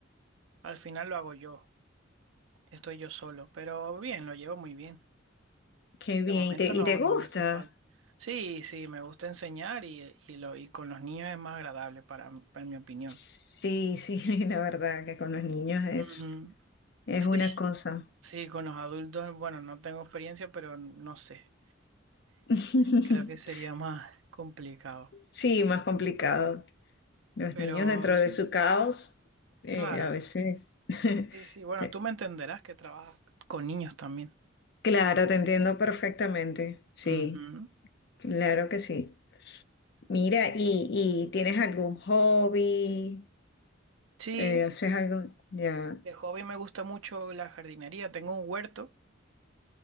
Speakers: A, on the right; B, on the left.
A: al final lo hago yo. Estoy yo solo, pero bien, lo llevo muy bien.
B: Qué bien,
A: De momento
B: ¿y te, y
A: no,
B: te gusta?
A: no me hace falta. Sí, sí, me gusta enseñar y, y, lo, y con los niños es más agradable para, en mi opinión.
B: Sí, sí, <laughs> la verdad que con los niños es,
A: Ujú.
B: es
A: Sí,
B: una cosa.
A: sí, con los adultos, bueno, no tengo experiencia, pero no sé.
B: <laughs>
A: Creo que sería más complicado.
B: Sí, más complicado. Los
A: Pero
B: niños dentro
A: sí,
B: de su caos, eh,
A: claro.
B: a veces. <laughs>
A: Sí, sí, bueno,
B: te-
A: tú me entenderás que trabajas con niños también.
B: claro, te entiendo perfectamente. Sí,
A: Ujú.
B: claro que sí. Mira, ¿y, y tienes algún hobby?
A: Sí,
B: Eh, ¿haces algo? Ya.
A: de hobby me gusta mucho la jardinería. Tengo un huerto.